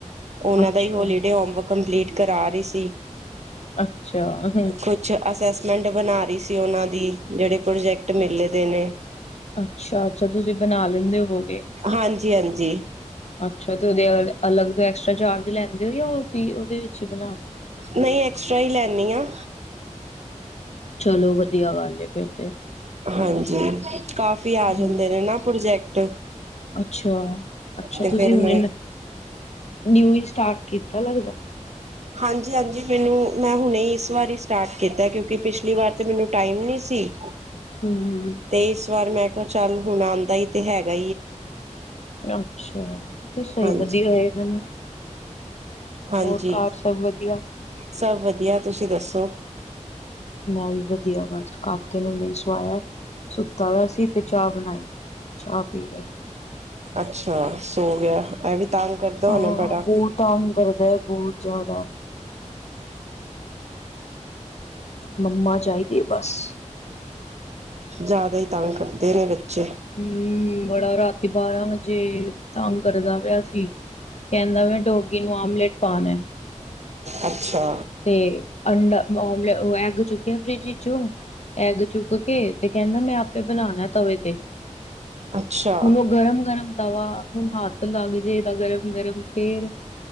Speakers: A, on the right; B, on the left.
A: ਉਹਨਾਂ
B: ਅੱਛਾ
A: ਦਾ ਹੀ ਹੋਲੀਡੇ ਹੋਮ ਵਰਕ ਕੰਪਲੀਟ ਕਰਾ ਰਹੀ ਸੀ।
B: ਅੱਛਾ, ਹਮ।
A: ਕੁਛ ਅਸੈਸਮੈਂਟ ਬਣਾ ਰਹੀ ਸੀ ਉਹਨਾਂ ਦੀ, ਜਿਹੜੇ ਪ੍ਰੋਜੈਕਟ ਮਿਲੇ ਦੇ ਨੇ।
B: ਅੱਛਾ ਅੱਛਾ, ਤੁਸੀਂ ਬਣਾ ਲੈਂਦੇ ਹੋਗੇ?
A: ਹਾਂਜੀ, ਹਾਂਜੀ।
B: ਅੱਛਾ, ਤੇ ਉਹਦੇ ਅਲੱਗ ਤੋਂ ਐਕਸਟਰਾ ਚਾਰਜ ਲੈਂਦੇ ਹੋ ਜਾਂ ਉਹ ਉਹਦੇ ਵਿੱਚ ਬਣਾ ਲੈਂਦੇ
A: ਨਹੀਂ, ਐਕਸਟਰਾ ਹੀ ਲੈਂਦੀ ਹਾਂ।
B: ਚਲੋ, ਵਧੀਆ ਗੱਲ ਏ ਫੇਰ ਤੇ।
A: ਹਾਂਜੀ, ਕਾਫੀ ਆ
B: ਹਮ
A: ਜਾਂਦੇ ਨੇ ਨਾ ਪ੍ਰੋਜੈਕਟ।
B: ਅੱਛਾ, ਅੱਛਾ
A: ਤੇ
B: ਤੁਸੀਂ
A: ਫੇਰ
B: ਹੁਣੇ
A: ਮੈਂ
B: ਨਿਊ ਹੀ, ਸਟਾਰਟ ਕੀਤਾ ਲੱਗਦਾ?
A: ਹਾਂਜੀ ਹਾਂਜੀ, ਮੈਨੂੰ ਮੈਂ ਹੁਣੇ ਇਸ ਵਾਰ ਹੀ ਸਟਾਰਟ ਕੀਤਾ, ਕਿਉਂਕਿ ਪਿਛਲੀ ਵਾਰ ਤੇ ਮੈਨੂੰ ਟਾਈਮ ਨਹੀਂ ਸੀ।
B: ਹਮ, ਹਮ।
A: ਤੇ ਇਸ ਵਾਰ ਮੈਂ ਕਿਹਾ ਚੱਲ, ਹੁਣ ਆਉਂਦਾ ਹੀ ਤੇ ਹੈਗਾ।
B: ਅੱਛਾ, ਸਹੀ
A: ਹਾਂਜੀ
B: ਵਧੀਆ ਹੋਏ, ਹਨਾ।
A: ਹਾਂਜੀ,
B: ਹੋਰ ਘਰ ਸਭ ਵਧੀਆ
A: ਸਭ ਵਧੀਆ, ਤੁਸੀਂ ਦੱਸੋ?
B: ਮੈਂ ਵੀ ਵਧੀਆ ਬਸ, ਕਾਕੇ ਨੂੰ ਹੁਨੇ ਹੀ ਸਵਾਇਆ। ਸੁੱਤਾ ਦਾ ਸੀ ਤੇ ਚਾਹ ਬਣਾਈ, ਚਾਹ ਪੀ ਲਏ
A: ਅੱਛਾ ਸੋ ਗਿਆ ਇਹ ਵੀ ਤੰਗ ਕਰਦਾ
B: ਹਾਂ
A: ਹੋਣਾ ਬੜਾ।
B: ਬਹੁਤ ਤੰਗ ਕਰਦਾ ਹੈ ਬੌਤ ਜਾਦਾ। ਮੰਮਾ ਚਾਹੀਦੀ ਏ ਬਸ।
A: ਜਾਦਾ ਹੀ ਤੰਗ ਕਰਦੇ ਨੇ ਬੱਚੇ।
B: ਹੂੰ ਬੜਾ ਰਾਤੀ ਬਾਰਾਂ ਵਜੇ ਤੰਗ ਕਰਦਾ ਪਿਆ ਸੀ। ਕਹਿੰਦਾ ਮੈਂ ਡੋਗੀ ਨੂੰ ਆਮਲੇਟ ਪਾਨਾ।
A: ਅੱਛਾ
B: ਤੇ ਅੰਡਾ ਮਲੇ ਉਹ ਐਗ ਚੁੱਕਿਆ ਫਰਿਜ ਵਿੱਚੋ। ਐਗ ਚੁੱਕ ਕੇ ਤੇ ਕਹਿੰਦਾ ਮੈਂ ਆਪੇ ਬਣਾਣਾ ਤਵੇ ਤੇ।
A: ਅੱਛਾ
B: ਹੁਣ ਉਹ ਗਰਮ-ਗਰਮ ਤਵਾ ਹੁਣ ਹੱਥ ਲੱਗ ਜੇ ਏਦਾ ਗਰਮ- ਗਰਮ ਫੇਰ।